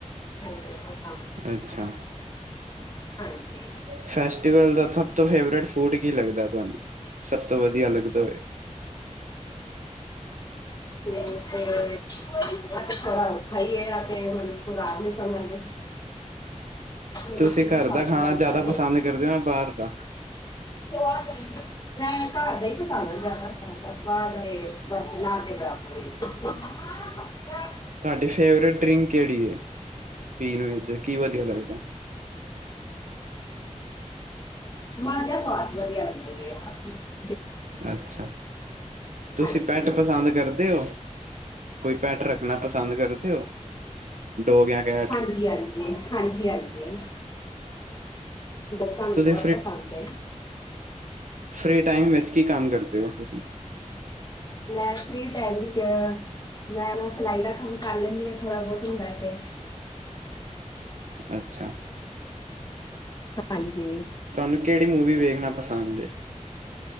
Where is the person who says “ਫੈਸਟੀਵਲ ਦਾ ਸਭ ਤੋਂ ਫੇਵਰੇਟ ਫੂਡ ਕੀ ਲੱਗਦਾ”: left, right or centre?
Right